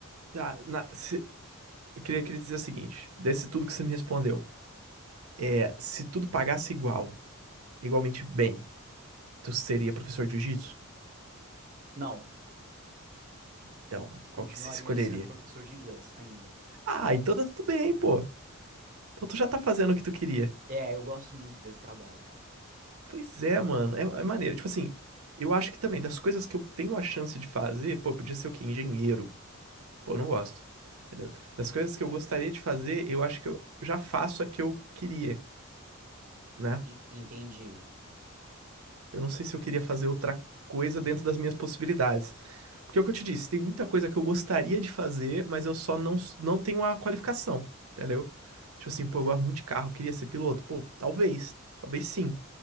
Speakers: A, on the right; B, on the right.
A: Tá, na- se- eu queria, queria dizer o seguinte, desse tudo que você me respondeu. É, se tudo pagasse igual, igualmente bem, tu seria professor de jiu-jitsu?
B: Não,
A: Então,
B: continuaria
A: qual que você escolheria?
B: sendo professor de inglês ainda.
A: Ah, então tá tudo bem, pô. Então tu já tá fazendo o que tu queria.
B: É, eu gosto muito desse trabalho, cara.
A: Pois é, mano. É, é maneiro. Tipo assim, eu acho que também, das coisas que eu tenho a chance de fazer, pô, podia ser o quê? Engenheiro. Pô, eu não gosto. Entendeu? Das coisas que eu gostaria de fazer, eu acho que eu já faço a que eu queria, né?
B: En- Entendi,
A: Eu não sei se eu queria fazer outra coisa dentro das minhas possibilidades. Porque é o que eu te disse, tem muita coisa que eu gostaria de fazer, mas eu só não, não tenho a qualificação, entendeu? Tipo assim, pô, eu gosto muito de carro, queria ser piloto. Pô, talvez, talvez sim.